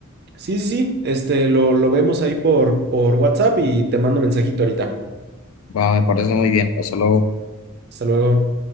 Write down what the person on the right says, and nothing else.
Sí, sí, sí, este, lo, lo vemos ahí por, por WhatsApp y te mando mensajito ahorita.
Hasta luego.